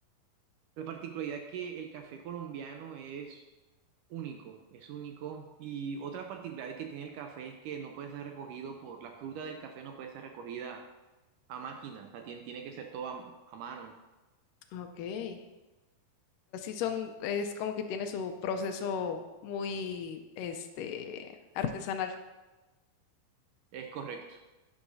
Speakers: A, on the right; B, on the left.
A: La particularidad que el café colombiano es único, es único. Y otra particularidad que tiene el café es que no puede ser recogido por, la fruta del café no puede ser recogida a máquina, o sea, tiene, tiene que ser todo a, a mano.
B: Ok. así son, es como que tiene su proceso muy, este, artesanal.
A: Es correcto.